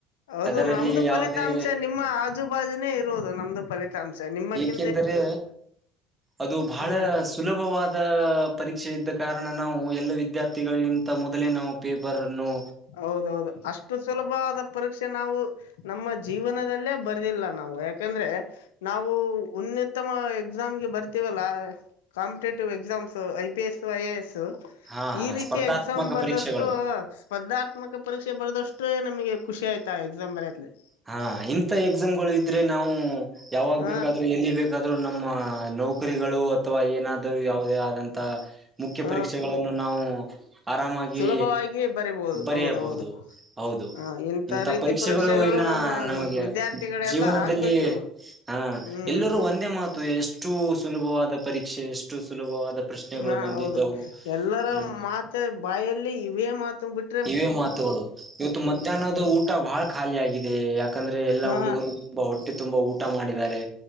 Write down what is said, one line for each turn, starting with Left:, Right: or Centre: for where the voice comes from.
Left: ಹೌದು
Right: ಅದರಲ್ಲಿ
Left: ನಮ್ದು
Right: ಯಾವುದೇ
Left: ಫಲಿತಾಂಶ ನಿಮ್ಮ ಆಜುಬಾಜುನೇ ಇರುವುದು ನಮ್ದು ಫಲಿತಾಂಶ ನಿಮ್ಮ ಕೆ
Right: ಕೆಂದರೆ ಅದು ಭಾಳ
Left: ಹ
Right: ಸುಲಭವಾದ ಪರೀಕ್ಷೆ ಇದ್ದ ಕಾರಣ. ನಾವು ಎಲ್ಲ ವಿದ್ಯಾರ್ಥಿಗಳಿಗಿಂತ ಮೊದಲೇ ನಾವು ಪೇಪರನ್ನು.
Left: ಹೌದೌದು ಅಷ್ಟು ಸುಲಭವಾದ ಪರೀಕ್ಷೆ ನಾವು ನಮ್ಮ ಜೀವನದಲ್ಲೇ ಬರ್ದಿಲ್ಲಾ ನಾವು ಯಾಕಂದ್ರೆ ನಾವು ಉನ್ನತಮ ಎಕ್ಸಾಮ್ ಗೆ ಬರ್ತೀವಲ್ಲಾ competitive exams I P S I A S
Right: ಹಾ ಹಾ
Left: ಈ ರೀತಿಯ
Right: ಸ್ಪರ್ಧಾತ್ಮಕ
Left: ಎಕ್ಸಾಮ್ ಬರೆದಷ್ಟು
Right: ಪರೀಕ್ಷೆಗಳು
Left: ಸ್ಪರ್ಧಾತ್ಮಕ ಪರೀಕ್ಷೆ ಬರೆದಷ್ಟೇ ನಮಗೆ ಖುಷಿ ಆಯ್ತಾ ಎಕ್ಸಾಮ್ ಬರೆಯ
Right: ಹಾ ಇಂಥ ಎಕ್ಸಾಮ್ ಗಳು ಇದ್ರೆ ನಾವು ಯಾವಾಗ
Left: ಹ
Right: ಬೇಕಾದ್ರೂ ಎಲ್ಲಿ ಬೇಕ ಹಾಗಾದ್ರೂ ನಮ್ಮ ನೌಕರಿಗಳು ಅಥವಾ ಏನಾದ್ರೂ ಯಾವುದೇ ಆದಂತಾ ಮುಖ್ಯ
Left: ಹ
Right: ಪರೀಕ್ಷೆಗಳನ್ನು ನಾವು ಆರಾಮಾಗಿ
Left: ಸುಲಭವಾಗಿ ಬರಿಬಹುದು
Right: ಬರೆಯಬಹುದು
Left: ಹೌದೌದು
Right: ಹೌದು
Left: ಹ ಇಂಥ
Right: ಇಂತ
Left: ರೀತಿ
Right: ಪರೀಕ್ಷೆಗಳು ಇನ್ನಾ
Left: ನಮ್ಮ
Right: ನಮಗೆ
Left: ವಿದ್ಯಾರ್ಥಿಗಳೆಲ್ಲಾ
Right: ಜೀವನದಲ್ಲಿ
Left: ಆಗ್ಬೇಕು
Right: ಹ
Left: ಹ್ಮ್
Right: ಎಲ್ಲರೂ ಒಂದ ಒಂದೇ ಮಾತು ಎಷ್ಟು ಸುಲಭವಾದ ಪರೀಕ್ಷೆ ಎಷ್ಟು ಸುಲಭವಾದ ಪ್ರಶ್ನೆಗಳು
Left: ಹಾ
Right: ಬಂದಿದ್ದವು
Left: ಹೌದು ಎಲ್ಲಾರ
Right: ಹ್ಮ್
Left: ಮಾತು ಬಾಯಲ್ಲಿ ಇವೇ ಮಾತು ಬಿಟ್ಟು
Right: ಇವೆ ಮಾತುಗಳು ಇವತ್ತು ಮಧ್ಯಾಹ್ನದ ಊಟಾ ಬಹಳ ಖಾಲಿ ಆಗಿದೆ ಯಾಕಂದ್ರೆ ಎಲ್ಲ
Left: ಹಾ
Right: ಹುಡುಗರು ತುಂಬಾ ಹೊಟ್ಟೆ ತುಂಬಾ ಊಟಾ ಊಟ ಮಾಡಿದ್ದಾರೆ